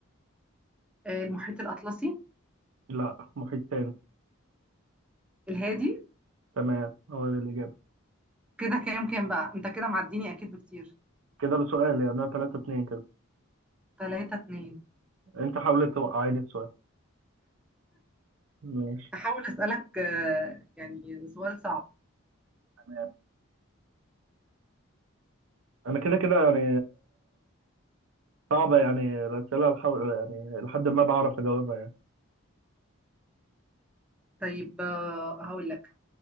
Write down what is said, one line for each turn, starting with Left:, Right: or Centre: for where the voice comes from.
Centre: آه، المحيط الأطلسي
Right: لا محيط تاني
Centre: الهادي
Right: تمام هو ده الاجابه
Centre: كده كام كام بقى؟ أنت كده معديني أكيد بكتير
Right: كده بسؤال يعني انا 3 2 كده
Centre: 3 2
Right: انت حاولت توقعيني السؤال ماشي
Centre: هحاول أسألك آه، يعني سؤال صعب
Right: تمام انا كده كده يعني صعبه يعني الاسئله الحو... يعني لحد ما بعرف اجاوبها يعني
Centre: طيب آه، هقول لك